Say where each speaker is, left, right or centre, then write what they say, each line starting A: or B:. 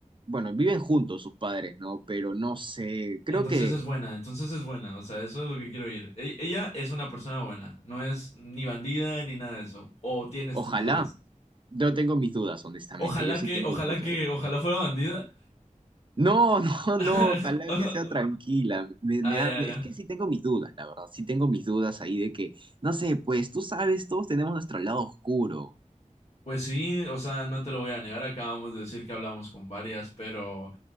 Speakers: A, on the right; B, on the left.
A: Bueno, viven juntos sus padres, ¿no? Pero no sé, creo
B: entonces
A: que,
B: es buena, entonces es buena. O sea, eso es lo que quiero ir. E- ella es una persona buena. No es ni bandida ni nada de eso. O tienes
A: ojalá,
B: tus dudas.
A: yo tengo mis dudas, honestamente,
B: Ojalá
A: yo sí
B: que,
A: tengo
B: ojalá
A: muchas
B: que,
A: dudas.
B: ojalá fuera bandida.
A: No, <laughs> no, no,
B: <laughs>
A: ojalá que sea tranquila. Me,
B: Ay,
A: me da-
B: ay,
A: me- es
B: ay.
A: que sí tengo mis dudas, la verdad, sí tengo mis dudas ahí de que, no sé, pues tú sabes, todos tenemos nuestro lado oscuro.
B: Pues sí, o sea, no te lo voy a negar. Acabamos de decir que hablamos con varias, pero